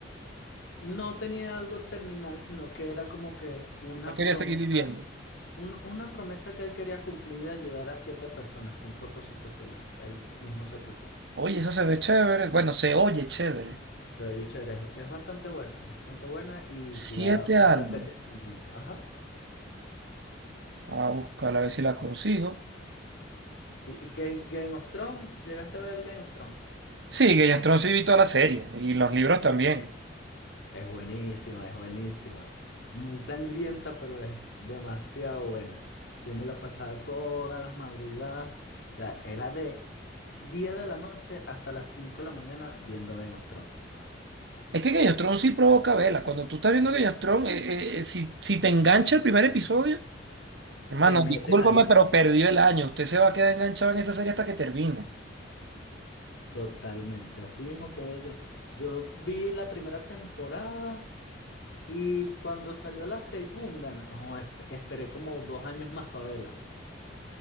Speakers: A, on the left; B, on the right.
A: No tenía algo terminal, sino que era como que una
B: No quería
A: promesa,
B: seguir viviendo.
A: un- una promesa que él quería cumplir de ayudar a siete personas. Fue un propósito que él, él mismo se puso.
B: Oye, eso se ve chévere. Bueno, se oye chévere.
A: Se oye chévere, es, es bastante buena, es bastante buena y sí
B: Siete
A: da
B: almas.
A: bastante sentimiento. Ajá.
B: A buscarla a ver si la consigo.
A: Sí, y Game, Game of Thrones, ¿llegaste a ver Game of Thrones?
B: Sí, Game of Thrones sí vi toda la serie y los libros también.
A: Es buenísima, es buenísima. Muy sangrienta, pero es demasiado buena. Yo me la pasaba todas las madrugadas. O sea, era de 10 de la noche hasta las 5 de la mañana viendo Game of Thrones.
B: Es que Game of Thrones sí provoca vela. Cuando tú estás viendo Game of Thrones, eh, eh, eh, si, si te engancha el primer episodio, Hermano,
A: Te metes
B: discúlpame,
A: ahí
B: pero perdió el año. Usted se va a quedar enganchado en esa serie hasta que termine.
A: totalmente. Así mismo quedé yo. Yo vi la primera temporada y cuando salió la segunda, no, esp- esperé como dos años más para verla.